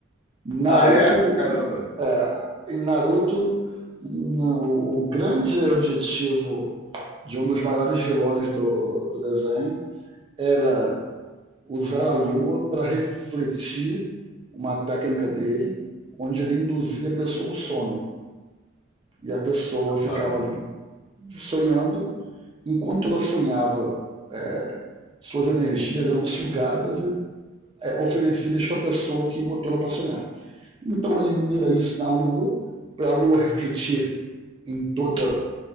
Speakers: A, on the right; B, on the left.
A: Naruto,
B: Ah, é? Caramba.
A: um, é, em Naruto, um, o, o grande objetivo de um dos maiores vilões do, do desenho era usar a lua para refletir uma técnica dele, onde ele induzia a pessoa ao sono. E a pessoa ficava
B: Ah,
A: ali sonhando, enquanto ela sonhava, é, suas energias eram sugadas e é, oferecidas para a pessoa que botou ela para sonhar. Então ele mira isso na Lua, para a Lua refletir em, toda,